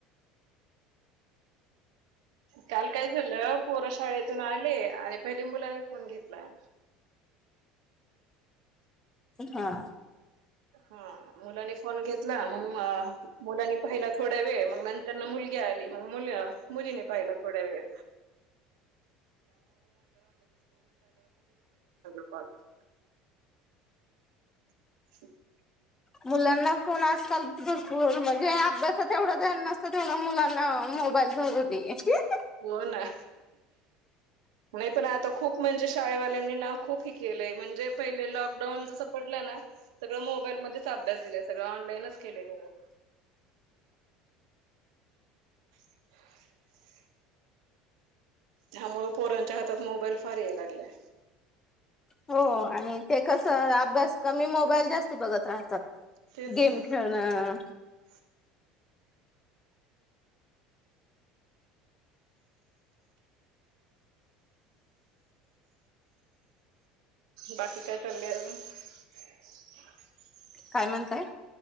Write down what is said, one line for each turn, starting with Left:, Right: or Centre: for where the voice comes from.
Right: काल काय झालं पोरा शाळेतून आले आणि पहिले मुलांनी फोन घेतला.
Left: हा.
Right: हा मुलाने फोन घेतला मग मुलाने पाहिला थोड्या वेळ मग नंतर ना मुलगी आली मग मुली मुलीने पाहिला थोड्या वेळ. <unintelligible> <inaudible>
Left: मुलांना कोण आजकाल दरपू म्हणजे अभ्यासात एवढं ध्यान नसतं तेवढा मुलांना मोबाईल <unintelligible>
Right: हो ना. नाही पण आता खूप म्हणजे शाळेत वाल्यांनी ना खूप हे केले म्हणजे पहिलं लॉकडाऊन जसं पडलं ना. सगळं मोबाईलमध्यच अभ्यास दिलाय सगळं ऑनलाईनच केलंयग. <inaudible> त्यामुळे पोरांच्या हातात मोबाईल फार याय लागलाय.
Left: हो आणि आणि ते कसं अभ्यास कमी मोबाईल जास्ती बघत राहतात
Right: तेच
Left: गेम
Right: तर
Left: खेळणं
Right: <inaudible> <inaudible> <inaudible> बाकी काय चाललंय अजून? <inaudible>
Left: काय म्हणताय?